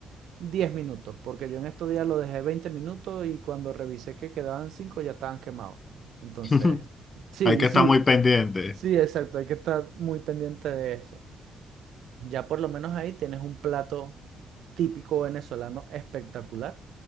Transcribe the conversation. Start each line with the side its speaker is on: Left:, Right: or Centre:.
Right: 10 minutos, porque yo en estos días lo dejé 20 minutos y cuando revisé que quedaban 5 ya estaban quemados. Entonces,
Left: <laughs>
Right: sí,
Left: Hay que estar
Right: sí,
Left: muy pendiente.
Right: sí, exacto, hay que estar muy pendiente de eso. Ya por lo menos ahí tienes un plato típico venezolano espectacular